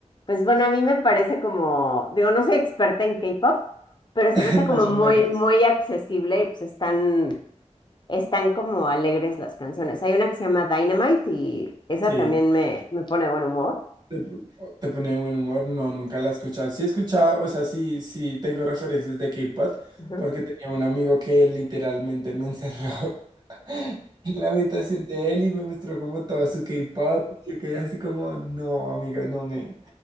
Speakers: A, on the left; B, on the right.
A: pues bueno, a mí me parece como, digo, no soy experta en K-pop, pero se
B: <laughs>
A: me hace como
B: Más
A: muy,
B: llameras
A: muy accesible y pues están, están como alegres las canciones. Hay una que se llama Dynamite y esa
B: Sí.
A: también me, me pone de buen humor.
B: Te, te pone buen humor. No, nunca la he escuchado. Sí he escuchado, o sea, sí, sí tengo referencias de K-pop,
A: Ujú.
B: porque tenía un amigo que literalmente me encerró <laughs> en la habitación de él y me mostró como todo su K-pop. y Yo quedé así como, no, amiga no me.